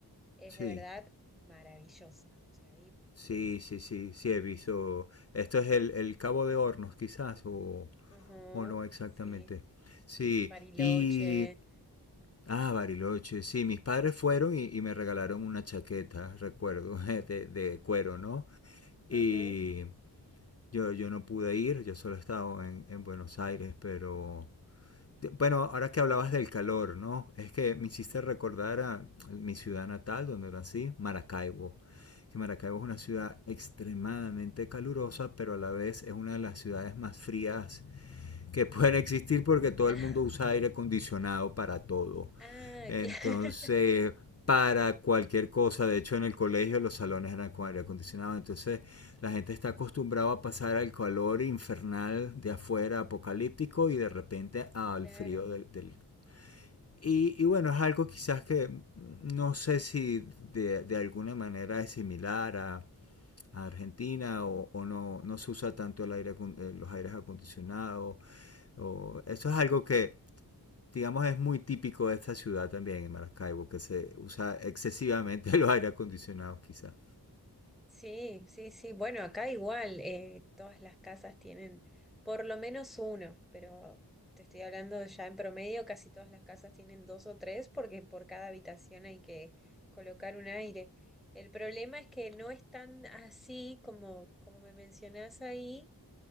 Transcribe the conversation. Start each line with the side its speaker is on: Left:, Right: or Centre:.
Centre: es
Left: Sí,
Centre: de verdad maravillosa. O sea, ahí
Left: sí,
Centre: es
Left: sí, sí, sí
Centre: hermosa.
Left: he visto. Esto es el, el Cabo de Hornos, quizás, o,
Centre: Ajá,
Left: o no exactamente.
Centre: sí,
Left: Sí,
Centre: Bariloche.
Left: y... Ah, Bariloche, sí, mis padres fueron y, y me regalaron una chaqueta, recuerdo, <laughs> de, de cuero, ¿no? Y
Centre: Ajá.
Left: yo, yo no pude ir, yo solo estaba en, en Buenos Aires, pero Te- Bueno, ahora que hablabas del calor, ¿no? Es que me hiciste recordar a mi ciudad natal, donde nací, Maracaibo. Que Maracaibo es una ciudad extremadamente calurosa, pero a la vez es una de las ciudades más frías que <laughs> pueden existir porque todo
Centre: <laughs>
Left: el mundo usa aire acondicionado para todo.
Centre: Ah,
Left: Entonces,
Centre: claro, <laughs>
Left: para cualquier cosa, de hecho en el colegio los salones eran con aire acondicionado, entonces la gente está acostumbrada a pasar al calor infernal de afuera, apocalíptico, y de repente al
Centre: claro.
Left: frío del... del... Y, y, bueno, es algo quizás que no sé si de, de alguna manera es similar a, a Argentina o, o, no, no se usa tanto el aire, acon- eh, los aires acondicionados. O, eso es algo que digamos, es muy típico de esta ciudad también, en Maracaibo, que se usa excesivamente <laughs> los aire acondicionados, quizás.
Centre: Sí, sí, sí. Bueno, acá igual, eh, todas las casas tienen por lo menos uno, pero te estoy hablando ya en promedio, casi todas las casas tienen dos o tres porque por cada habitación hay que colocar un aire. El problema es que no es tan así como, como me mencionás ahí,